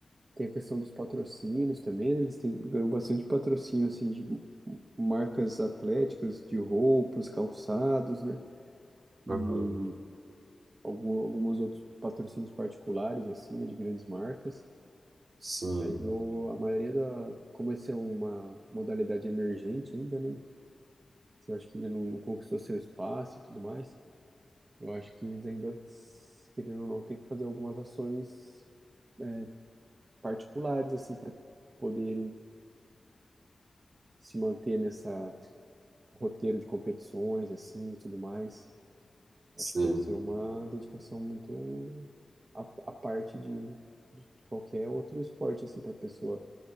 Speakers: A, on the right (about 45°); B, on the right (about 75°).
A: Tem a questão dos patrocínios também, né? Eles têm, ganham bastante patrocínio, assim, de marcas atléticas, de roupas, calçados, né? E
B: Aham.
A: algum, alguns outros patrocínios particulares, assim, né? De grandes marcas.
B: Sim,
A: Mas o, a maioria da... Como essa é uma modalidade emergente ainda, né? Que eu acho que ainda não, não conquistou seu espaço e tudo mais. Eu acho que eles ainda, querendo ou não, têm que fazer algumas ações é, particulares, assim, para poderem se manter nessa roteiro de competições, assim, e tudo mais.
B: sim.
A: Acho que deve ser uma dedicação muito à, à parte de, de qualquer outro esporte, assim, para a pessoa